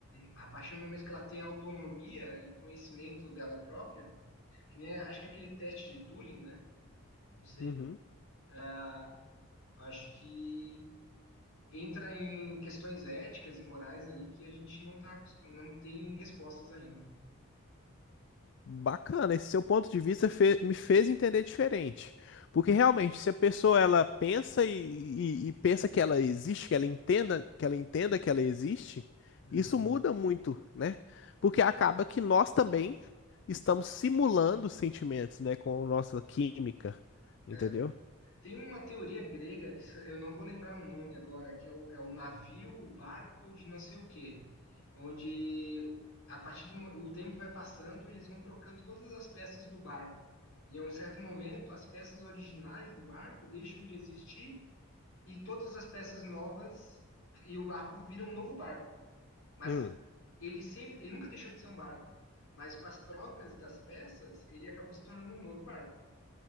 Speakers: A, on the left; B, on the left.
A: a partir do momento que ela tem autonomia e conhecimento dela própria, que nem acho que é aquele teste de Turing, né? Não sei.
B: Uhum.
A: ah, acho que entra em questões éticas e morais ali que a gente não tá acostum- não tem respostas ainda.
B: Bacana, esse seu ponto de vista fe- me fez entender diferente. Porque realmente, se a pessoa ela pensa e, e- e pensa que ela existe, que ela entenda, que ela entenda que ela existe,
A: Uhum.
B: isso muda muito, né? Porque acaba que nós também estamos simulando sentimentos, né, com a nossa química,
A: É,
B: entendeu?
A: Tem uma teoria grega, que se- eu não vou lembrar o nome agora, que é o, é o navio, o barco de não sei o quê, onde o- a partir do mo- o tempo vai passando, eles vão trocando todas as peças do barco. E a um certo momento, as peças originais do barco deixam de existir e todas as peças novas e o barco vira um novo barco. Mas
B: Hum,
A: ele sempre, ele nunca deixou de ser um barco, mas com as trocas das peças, ele acabou se tornando um novo barco.